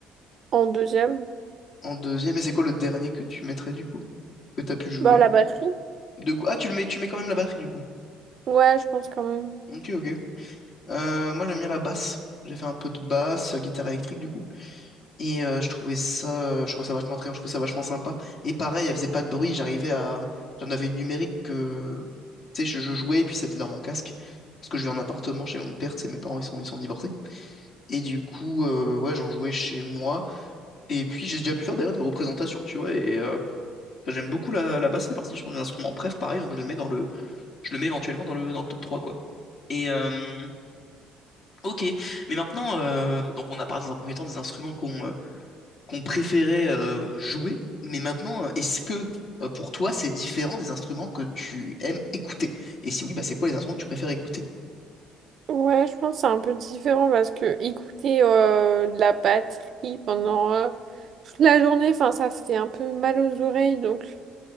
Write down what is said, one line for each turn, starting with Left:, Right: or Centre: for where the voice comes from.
Right: En deuxième,
Left: En deuxième. Et c'est quoi le dernier que tu mettrais, du coup? Que t'as pu jouer?
Right: bah la batterie.
Left: De... go- Ah, tu le mets, tu mets quand même la batterie du coup.
Right: Ouais je pense quand même.
Left: Ok, ok. Euh, moi j'aime bien la basse. J'ai fait un peu de basse, euh, guitare électrique du coup. Et euh, je trouvais ça, euh, je trouvais ça vachement attrayant, je trouvais ça vachement sympa. Et pareil, elle faisait pas de bruit, j'arrivais à. J'en avais une numérique que. Tu sais, je, je jouais et puis c'était dans mon casque. Parce que je vis en appartement chez mon père, tu sais, mes parents ils sont, ils sont divorcés. Et du coup, euh, ouais, j'en jouais chez moi. Et puis j'ai déjà pu faire d'ailleurs des représentations, tu vois. Et euh, enfin, j'aime beaucoup la, la basse, c'est parti, je pense, d'un instrument. Bref, pareil, donc je le mets dans le. Je le mets éventuellement dans le, dans le top 3 quoi. Et euh, ok, mais maintenant, euh, donc on a parlé dans un premier temps des instruments qu'on euh, qu'on préférait euh, jouer, mais maintenant, euh, est-ce que euh, pour toi c'est différent des instruments que tu aimes écouter? Et si oui, bah c'est quoi les instruments que tu préfères écouter?
Right: Ouais je pense que c'est un peu différent parce que écouter euh, de la batterie pendant euh, toute la journée, enfin ça fait un peu mal aux oreilles donc.